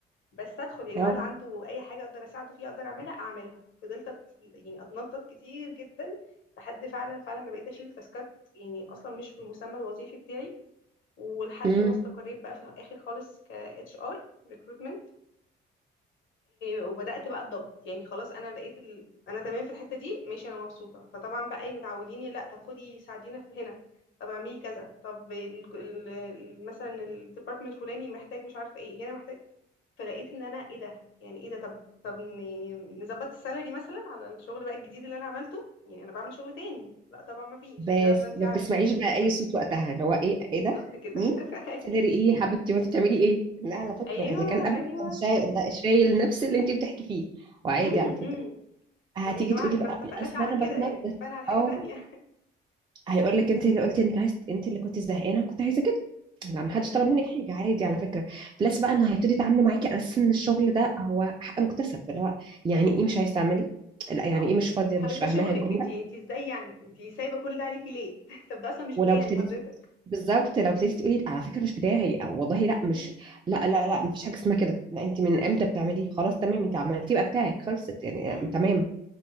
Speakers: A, on the left (about 80°); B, on the right (about 25°).
A: بس ادخل يا جماعه
B: اه
A: اللي عنده اي حاجه اقدر اساعده فيها اقدر اعملها اعملها فضلت أت- يعني اتنطط كتير جدا لحد فعلا فعلا ما بقيت اشيل تاسكات يعني اصلا مش في المسمى الوظيفي بتاعي ولحد
B: امم
A: ما استقريت بقى في الاخر خالص ك اتش ار ريكروتمنت وبدات بقى الضغط يعني خلاص انا لقيت ال... انا تمام في الحته دي ماشي انا مبسوطه فطبعا بقى ايه متعوديني لا طب خدي ساعدينا في هنا طب اعملي كذا طب ال... ال... ال- مثلا الديبارتمنت الفلاني محتاج مش عارفه ايه هنا محتاج فلقيت ان انا ايه ده يعني ايه ده طب طب ن- يعني نظبط السالري مثلا على الشغل بقى الجديد اللي انا عملته يعني انا بعمل شغل تاني لا طبعا ما فيش
B: بس
A: الكلام ده انت
B: ما
A: عارفه
B: بتسمعيش بقى اي صوت وقتها اللي هو ايه
A: بالظبط
B: ايه ده
A: كده
B: مين
A: <laughs> ايوه
B: سالري ايه يا حبيبتي وانت بتعملي ايه لا على فكره
A: ايوه
B: اللي كان قبل
A: ايوه
B: كان شايل ده شايل نفس اللي انت بتحكي فيه وعادي
A: امم
B: على فكره
A: امم
B: هتيجي
A: طب يا جماعه
B: تقولي
A: احنا
B: بقى
A: ما اتفقناش
B: اصل
A: على
B: انا
A: كده
B: بتنطط
A: يعني احنا اتفقنا على حاجه
B: اه
A: تانية
B: هيقول لك انت اللي قلتي انك عايز انت اللي كنت زهقانه وكنت عايزه كده لا ما
A: <laughs> ايوه
B: حدش طلب
A: بالظبط
B: منك حاجه عادي على فكره بلس بقى انه هيبتدي يتعاملوا معاكي على اساس ان الشغل ده هو حق مكتسب اللي هو يعني ايه مش عايز تعملي لا يعني
A: اه
B: ايه مش فاضيه
A: حضرتك
B: مش فاهماها
A: ده شغلك
B: الجمله
A: انت انت ازاي يعني انت سايبه كل ده عليكي ليه <laughs> طب ده اصلا مش
B: ولو
A: بتاعي
B: ابتديتي
A: حضرتك
B: بالظبط لو ابتديتي تقولي على فكره مش بتاعي او والله لا مش
A: امم
B: لا لا لا مفيش حاجه اسمها كده لا انت من امتى بتعمليه خلاص تمام انت عملتيه بقى بتاعك خلصت يعني
A: امم
B: آم، تمام